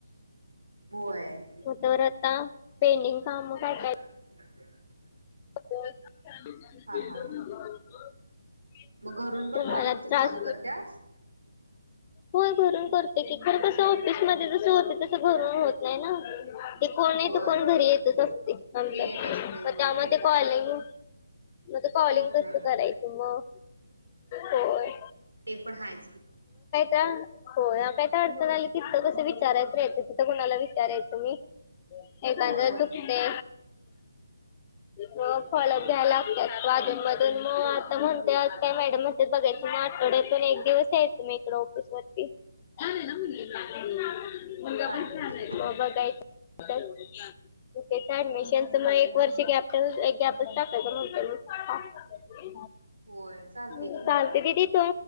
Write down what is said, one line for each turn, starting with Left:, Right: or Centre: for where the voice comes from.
Right: होय
Left: तर आता पेंडिंग काम काय काय
Right: <unintelligible>
Left: <unintelligible>
Right: हा हा हा मग घरून पण
Left: तुम्हाला
Right: कॉलिंगचच
Left: त्रास
Right: काम करत्यास?
Left: होय घरून करते की खरं कसं ऑफिसमध्ये जसं होत तसं घरून होत नाही ना ते कोण नाहीतर
Right: होय
Left: कोण घरी येतच असतय आमच्या
Right: येत
Left: म
Right: असते होय
Left: त्याम कॉलिंग म ते कॉलिंग
Right: होत
Left: कस
Right: नाही
Left: करायचं म होय
Right: ते पण हाय
Left: आता होय काय तर अडचण आली की तिथं कसं विचाराय तरी येतंय इथं कुणाला विचारायचं मी एखादं
Right: होय.
Left: चुकते म फॉलोअप घ्यायला अधून मधून म आता म्हणतात त्या मॅडमच ते बघायचं म आठवड्यातून एक दिवस यायचं म इकडे ऑफिस वरती
Right: <inaudible>
Left: मुलगा
Right: चालतंय
Left: पण छान
Right: की.
Left: हाय
Right: हा
Left: बाबा काय करतात तेच ते ऍडमिशनच
Right: हा
Left: म एक वर्ष गॅप एक गॅपच टाकायच म्हणतोय
Right: होय चालतंय
Left: मी
Right: की मग.
Left: चालते दिदी तू